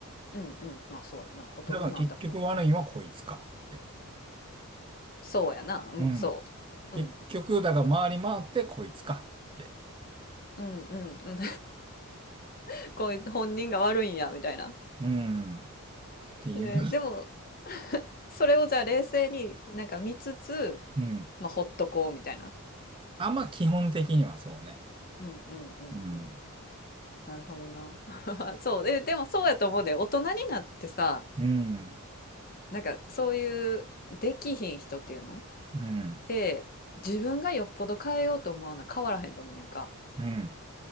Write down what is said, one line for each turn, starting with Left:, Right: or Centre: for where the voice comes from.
Left: うんうん。まあそうやな。大人なんだからってな。
Right: だから結局悪いのはこいつかって。
Left: そうやな。うん、
Right: うん。
Left: そう。
Right: 結局、
Left: うん。
Right: だから回り回ってこいつかって。
Left: うんうんうん。<laughs> こういう本人が悪いんや、みたいな。
Right: うん。っていう。
Left: で、でも、それをじゃあ冷静になんか見つつ、
Right: うん。
Left: まあほっとこうみたいな。
Right: あんま基本的にはそうね。
Left: うんうんうんうん。
Right: うん。
Left: なるほどな。<laughs> そう。で、でもそうやと思うで、大人になってさ、
Right: うん。
Left: なんかそういうできひん人っていうの
Right: うん。
Left: で、自分がよっぽど変えようと思わな変わらへんと思うにやんか。
Right: うん。